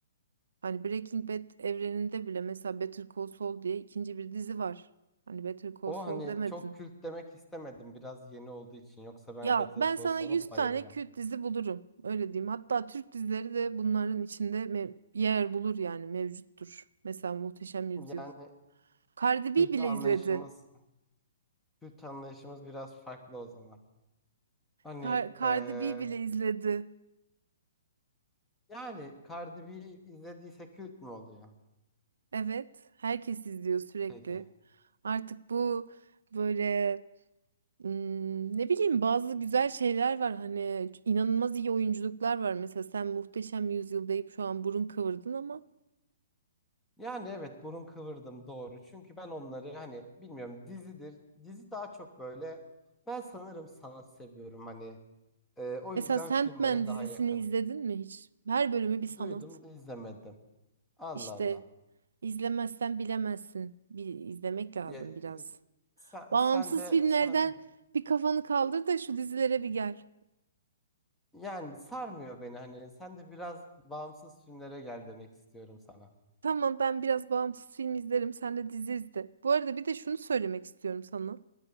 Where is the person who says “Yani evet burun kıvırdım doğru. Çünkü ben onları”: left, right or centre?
Centre